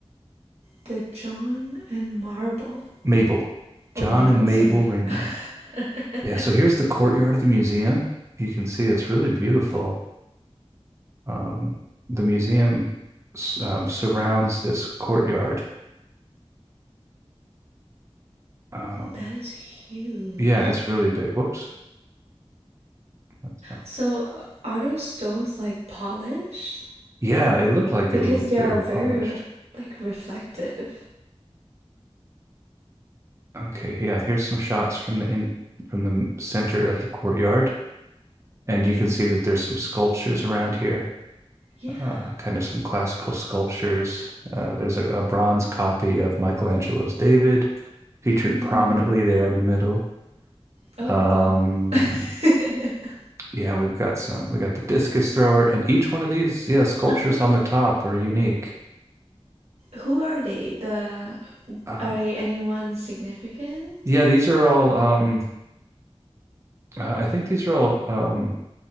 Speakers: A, on the right; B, on the right.
A: The John and Marble.
B: Mabel, John
A: Oh, Mabel.
B: and Mabel
A: Sorry.
B: Ringling.
A: <laughs> that
B: Yeah, so here's the courtyard of the museum. You can see it's really beautiful. um, the museum um, surrounds this courtyard. Um,
A: is huge.
B: yeah, it's really big. Whoops. That's not-
A: So uh, are those stones like polished?
B: Yeah, it looked like they
A: Because
B: were
A: they
B: they
A: are
B: were polished.
A: very ref- like reflective.
B: Okay, yeah, here's some shots from the in from the center of the courtyard, and you can see that there's some sculptures around here.
A: Yeah.
B: Uh, kind of some classical sculptures. Uh, there's a, a bronze copy of Michelangelo's David featured
A: Mm-hmm.
B: prominently there in the middle.
A: Oh,
B: Um,
A: wow. <laughs>
B: Yeah, we've got some. We got the discus thrower, and each one of these, yeah, sculptures
A: Uh-huh.
B: on the top are unique.
A: Who are they? The
B: Uh,
A: are they anyone significant?
B: yeah, these are all. Um, uh, I think these are all um,